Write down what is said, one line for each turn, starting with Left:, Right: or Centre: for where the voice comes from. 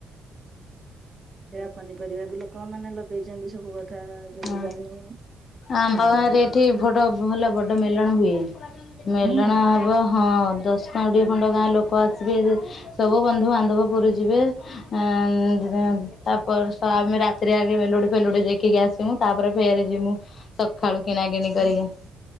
Right: ସେଇ ପନିପରିବା ବି ଲୋକ ମାନେ ଲଗେଇଛନ୍ତି ସବୁ କଥା। ଯୋଉ
Left: ହ
Right: ଜହ୍ନି
Left: ଆମ
Right: ଆଉ
Left: ବାରେ
Right: ଯୋଉ
Left: ଏଠି ବଡ ଭଲ ବଡ ମେଲଣ ହୁଏ। ମେଲଣା
Right: ହୁଁ
Left: ହବ ହଁ ଦଶଟା କୋଡ଼ିଏ ଖଣ୍ଡ ଗାଁ ଲୋକ ଆସିବେ ସବୁ ବନ୍ଧୁ ବାନ୍ଧବ ପୁରୀ ଯିବେ ଅ ଉ ତାପ ଆମେ ରାତିରେ ଆଗେ ମେଲୁଡି ଫେଲୁଡି ଦେଖିକି ଆସ ମୁଁ ତାପରେ ଫେରେ ଯିମୁ ସକାଳୁ କିଣା କିିଣି କରିକି